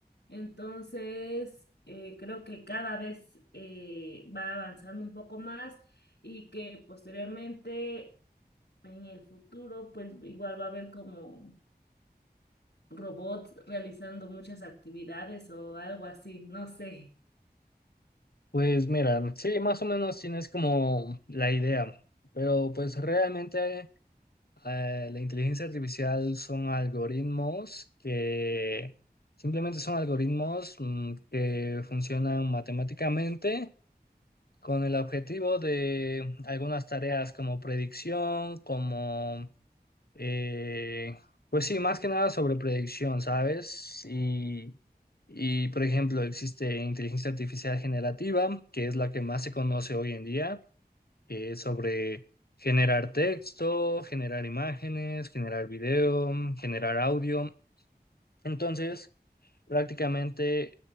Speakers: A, on the left; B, on the left.
A: Entonces, eh, creo que cada vez eh, va avanzando un poco más y que posteriormente en el futuro pues igual va a haber como robots realizando muchas actividades o algo así, no sé.
B: Pues mira, sí, más o menos tienes como la idea, pero pues realmente eh, la inteligencia artificial son algoritmos que simplemente son algoritmos mm, que funcionan matemáticamente con el objetivo de algunas tareas como predicción, como Eh, pues sí, más que nada sobre predicción, ¿sabes? Y, y, por ejemplo, existe inteligencia artificial generativa, que es la que más se conoce hoy en día, que es sobre generar texto, generar imágenes, generar video, generar audio. Entonces, prácticamente